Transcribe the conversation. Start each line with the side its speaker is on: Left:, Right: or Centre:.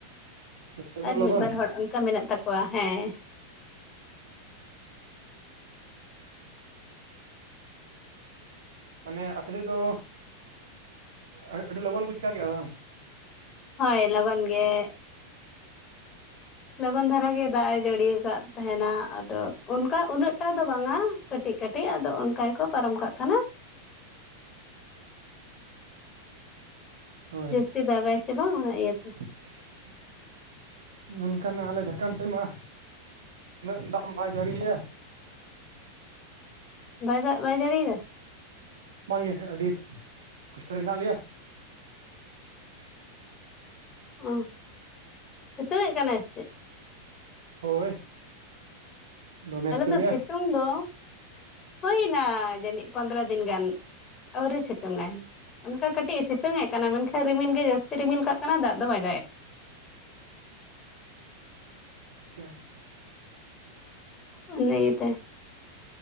Right: ᱟᱪᱪᱷᱟ ᱩᱱᱟᱹᱜ
Left: ᱟᱨ
Right: ᱞᱚᱜᱚᱱ
Left: ᱢᱤᱫ ᱵᱟᱨ ᱦᱚᱲᱟᱜ ᱚᱱᱠᱟ ᱢᱮᱱᱟᱜ ᱛᱟᱠᱚᱣᱟ ᱦᱮᱸ,
Right: ᱢᱟᱱᱮ ᱟᱯᱮ ᱥᱮᱫ ᱫᱚ ᱟ ᱟᱹᱰᱤ ᱞᱚᱜᱚᱱ ᱠᱚ ᱪᱤᱠᱟᱹ ᱠᱮᱜ-ᱟ ᱵᱟᱝ?
Left: ᱦᱳᱭ ᱞᱚᱜᱚᱱ ᱜᱮ᱾ ᱞᱚᱜᱚᱱ ᱫᱷᱟᱨᱟ ᱜᱮ ᱫᱟᱜ ᱮ ᱡᱟᱹᱲᱤᱭ ᱟᱠᱟᱫ᱾ ᱛᱟᱦᱮᱸᱱᱟ ᱟᱫᱚ ᱚᱱᱠᱟ ᱩᱱᱟᱹᱜ ᱴᱟ ᱫᱚ ᱵᱟᱝ-ᱟ ᱠᱟᱹᱴᱤᱡ ᱠᱟᱹᱴᱤᱡ ᱟᱫᱚ ᱚᱱᱠᱟ ᱜᱮᱠᱚ ᱯᱟᱨᱚᱢ ᱠᱟᱜ ᱠᱟᱱᱟ᱾
Right: ᱦᱳᱭ
Left: ᱡᱟᱹᱥᱛᱤ ᱫᱟᱜ-ᱟᱭ ᱥᱮ ᱵᱟᱝ ᱚᱱᱟ ᱤᱭᱟᱹᱛᱮ᱾
Right: <inaudible> ᱢᱮᱱᱠᱷᱟᱱ ᱟᱞᱮ ᱡᱷᱟᱲᱠᱷᱚᱸᱱᱰ ᱥᱮᱫ ᱢᱟ ᱩᱱᱟᱹᱜ ᱫᱟᱜ ᱢᱟ ᱵᱟᱭ ᱡᱟᱹᱲᱤᱭᱮᱜ-ᱟ᱾
Left: ᱵᱟᱭ ᱫᱟᱜ ᱵᱟᱭ ᱡᱟᱹᱲᱤᱭ ᱫᱟ?
Right: ᱵᱟᱝᱜᱮ ᱟᱹᱰᱤ ᱠᱚᱥᱴᱚ ᱨᱮ ᱦᱮᱱᱟᱜ ᱞᱮᱭᱟ᱾
Left: ᱚ, ᱥᱮᱛᱩᱝ ᱮᱫ ᱠᱟᱱᱟᱭ ᱥᱮᱫ?
Right: ᱦᱳᱭ᱾ ᱫᱚᱢᱮ
Left: ᱟᱞᱮ
Right: ᱥᱤᱛᱩᱝᱮᱜᱼᱟ
Left: ᱫᱚ ᱥᱤᱛᱩᱝ ᱫᱚ, ᱦᱳᱭᱱᱟ ᱡᱟᱹᱱᱤᱡ ᱯᱚᱱᱫᱽᱨᱚ ᱫᱤᱱ ᱜᱟᱱ᱾ ᱟᱹᱣᱨᱤ ᱥᱤᱛᱩᱝ ᱟᱭ᱾ ᱚᱱᱠᱟ ᱠᱟᱹᱴᱤᱡ ᱮ ᱥᱤᱛᱩᱝᱮ ᱠᱟᱱᱟ, ᱢᱮᱱᱠᱷᱟᱡ ᱨᱤᱢᱤᱞ ᱜᱮ ᱡᱟᱹᱥᱛᱤ ᱨᱤᱢᱤᱞ ᱠᱟᱜ ᱠᱟᱱᱟ ᱫᱟᱜ ᱫᱚ ᱵᱟᱭ ᱫᱟᱜ ᱮᱫ᱾
Right: ᱟᱪᱪᱷᱟ᱾
Left: ᱩᱱᱤ ᱤᱭᱟᱹ ᱛᱮ᱾